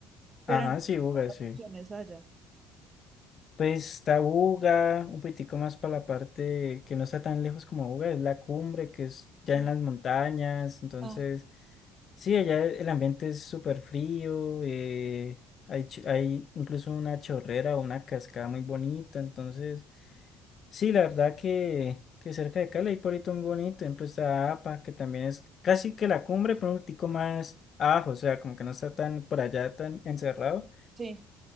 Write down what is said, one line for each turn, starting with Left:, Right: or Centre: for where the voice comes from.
Right: pero
Left: ajá,
Right: no
Left: sí,
Right: hay
Left: Buga,
Right: otras
Left: sí.
Right: opciones allá.
Left: Pues está Buga, un poquitico más para la parte que no está tan lejos como Buga, es la cumbre, que es ya
Right: Mm,
Left: en las montañas. Entonces,
Right: Ah,
Left: sí, allá el ambiente es súper frío, eh, hay, ch- hay incluso una chorrera o una cascada muy bonita. Entonces, Sí, la verdad que, que cerca de Cali hay pueblito muy bonito, ejemplo está APA, que también es casi que la cumbre, pero un tico más abajo, o sea, como que no está tan por allá, tan encerrado,
Right: sí.